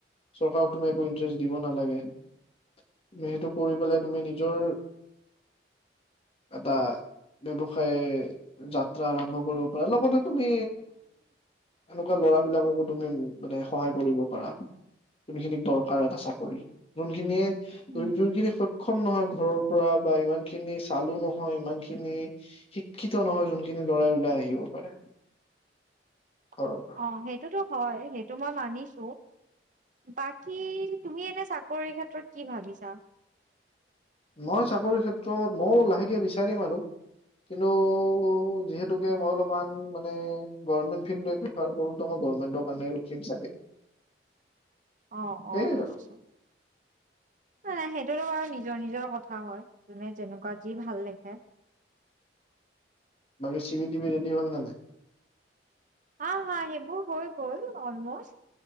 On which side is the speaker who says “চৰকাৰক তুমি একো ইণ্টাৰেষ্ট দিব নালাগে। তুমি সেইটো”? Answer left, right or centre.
Left